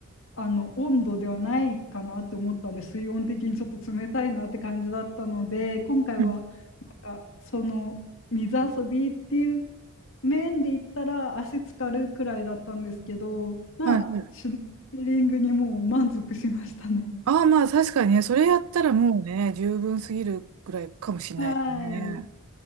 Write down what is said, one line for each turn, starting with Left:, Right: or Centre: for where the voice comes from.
Left: あの、温度ではないかなって思ったんで、水温的にちょっと冷たいなって感じだったので、今回は、
Right: うん
Left: なんか、その、水遊びっていう面で言ったら、足つかるくらいだったんですけど、まあ、
Right: はいはい。
Left: シュノーケリングにもう満足しましたね。
Right: ああ、まあ確かにね、それやったらもうね、十分すぎるぐらいかもしれないですね。
Left: はい。